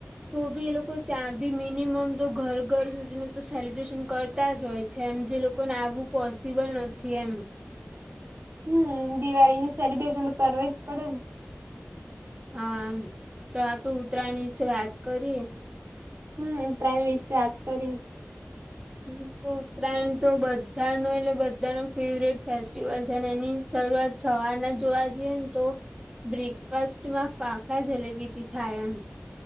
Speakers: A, on the right (about 15°); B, on the right (about 65°).
A: તો ભી એ લોકો ત્યાં ભી મિનિમમ તો ઘર ઘર સુધીનું તો સેલિબ્રેશન કર તા જ હોય છે એમ જે લોકોને આવવું પોસિબલ નથી એમ.
B: હમ્મ, દિવાળીની સેલિબ્રેશન તો કરવી જ પડે ને.
A: હા તો આપણે ઉત્તરાયણ વિશે વાત કરીએ.
B: હમ્મ ત્રણ વિશે વાત કરીએ.
A: હમ્મ ઉત્તરાયણ તો બધાનો એટલે બધાનો ફેવરેટ ફેસ્ટિવલ છે અને એની શરૂઆત સવારના જોવા જઈએ ને તો બ્રેકફાસ્ટમાં ફાફડા જલેબીથી થાય એમ.